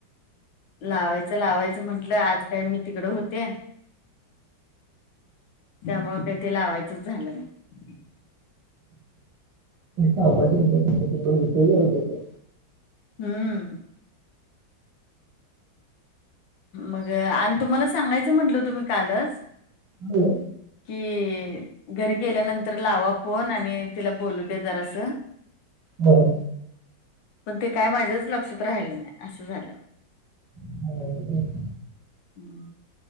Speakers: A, on the left; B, on the right.
A: लावायचं लावायचं म्हण म्हटलं आज काय मी तिकड होते त्यामु काही ते लावायचंच झालं नाही
B: कामाज होतस
A: हम्म मग, आणि तुम्हाला सांगायचं म्हंटलं होत मी कालच.
B: हो.
A: कि घरी गेल्यानंतर लावा फोन, आणि तिला बोलू दे जरास
B: बघू
A: पण ते काय माझ्याच लक्षात राहिलं नाही, असं झालं.
B: <unintelligible> <inaudible>
A: हम्म!